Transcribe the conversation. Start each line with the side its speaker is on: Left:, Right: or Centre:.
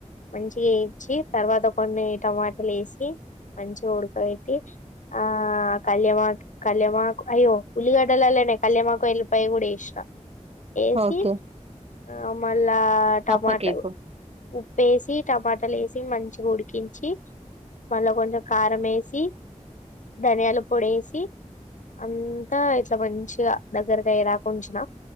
Left: మంచిగా వేయించి తర్వాత కొన్ని టమాటాలు వేసి మంచి ఉడకబెట్టి ఆ కళ్యామా కళ్యామాకు అయ్యో ఉల్లిగడ్డ లనే కళ్యామాకు ఎల్లిపాయ కూడా వేసిన వేసి
Right: ఓకే
Left: ఆ మళ్ళా టమాట
Right: పప్పకి ఇపు
Left: ఉప్పేసి టమాటాలు వేసి మంచిగా ఉడికించి మళ్ళా కొంచం కారం వేసి ధనియాల పొడి వేసి అంతా ఇట్లా మంచిగా దగ్గరకయ్యేదాకా ఉంచిన